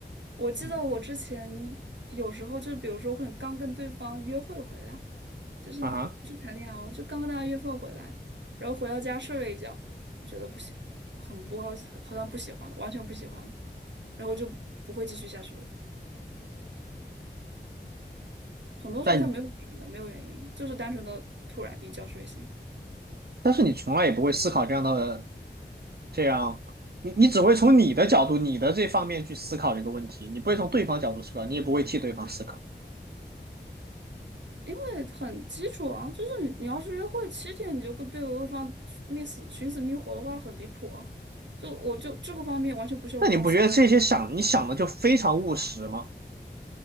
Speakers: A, on the right (about 75°); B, on the right (about 60°).
A: 我记得我之前
B: 嗯
A: 有时候就比如说，可能刚跟对方约会回来，就是就谈恋爱哦，
B: 啊哈。
A: 就刚跟大家约会回来，然后回到家睡了一觉，觉得不行，很不好，好像不喜欢了，完全不喜欢了，然后就不会继续下去了。很多时候他没有原因的，
B: 但
A: 没有原因，就是单纯的突然一觉睡醒。
B: 但是你从来也不会思考这样的这样，你你只会从你的角度、你的这方面去思考这个问题，你不会从对方角度思考，你也不会替对方思考。
A: 因为很基础啊，就是你你要是约会七天，你就跟对对方觅死寻死觅活的话，很离谱啊。就我就这个方面完全不需要为对方
B: 那你不觉得这些想你想的就非常务实吗？